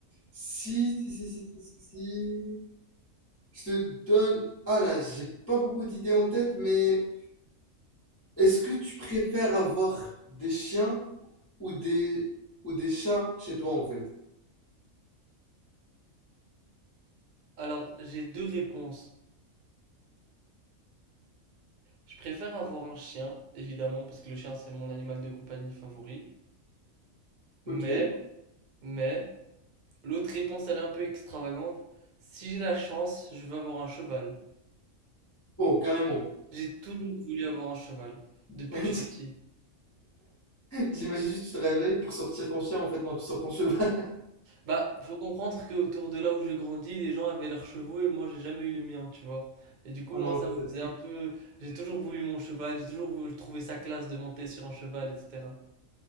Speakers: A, on the left; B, on the right.
A: Si, si, si, si, si, si, si. Je te donne. Ah là, j'ai pas beaucoup d'idées en tête, mais est-ce que tu préfères avoir des chiens ou des, ou des chats chez toi, en fait?
B: Alors, j'ai deux réponses. Je préfère avoir un chien, évidemment, parce que le chien, c'est mon animal de compagnie favori. Mais
A: Ok.
B: Mais, l'autre réponse, elle est un peu extravagante. Si j'ai la chance, je veux avoir un cheval.
A: Oh, carrément.
B: J'ai toujours voulu avoir un cheval,
A: <laughs>
B: depuis que je suis petit.
A: J'imagine juste, tu te réveilles pour sortir ton chien, en fait, non, tu sors ton cheval. <laughs>
B: Bah, faut comprendre que autour de là où j'ai grandi, les gens avaient leurs chevaux et moi, j'ai jamais eu le mien, tu vois. Et du coup,
A: Oh non,
B: moi, ça
A: ça
B: me
A: c'est
B: faisait
A: triste.
B: un peu... J'ai toujours voulu mon cheval, j'ai toujours voulu trouver sa classe de monter sur un cheval, etc.